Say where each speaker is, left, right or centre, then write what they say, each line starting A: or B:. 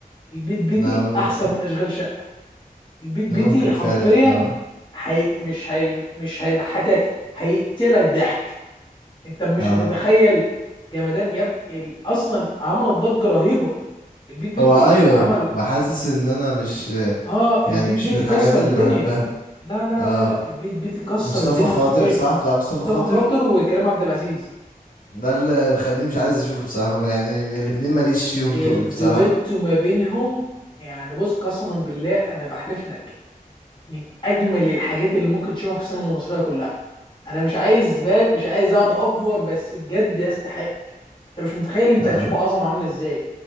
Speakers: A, on the left; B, on the left.
A: البيت بيتي
B: انا
A: احسن من اشغال شقه البيت بيتي
B: انا ممكن
A: حرفيا
B: فعلا اه
A: حي... مش هي... مش هيضحكك هيقتلك ضحك انت مش
B: اه
A: هتتخيل جمدان يا ابني ال- اصلا عمل ضجة رهيبة البيت بيتي
B: هو ايوه
A: عمل
B: وحاسس ان انا مش
A: اه البيت
B: يعني مش
A: بيتي
B: من الحاجات
A: كسر
B: اللي
A: الدنيا
B: بحبها
A: لا لا
B: اه
A: لا لا البيت بيتي كسر
B: مصطفى
A: الدنيا
B: خاطر
A: حرفيا
B: صح بتاع مصطفى
A: مصطفى
B: خاطر
A: خاطر وكريم عبد العزيز
B: ده اللي مخليني مش عايز اشوفه بصراحة يعني الاتنين ماليش فيهم
A: الدويتو
B: تقل بصراحة
A: ما بينهم يعني بص قسما بالله انا بحلف لك من اجمل الحاجات اللي ممكن تشوفها في السينما المصرية كلها انا مش عايز فاهم مش عايز اقعد افور بس بجد يستحق انت مش متخيل انت
B: اه
A: هتشوف عظمه عامله ازاي